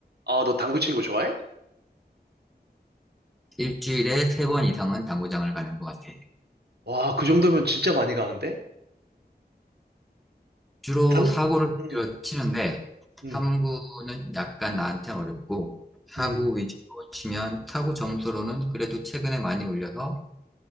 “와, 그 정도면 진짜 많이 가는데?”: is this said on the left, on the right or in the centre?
Right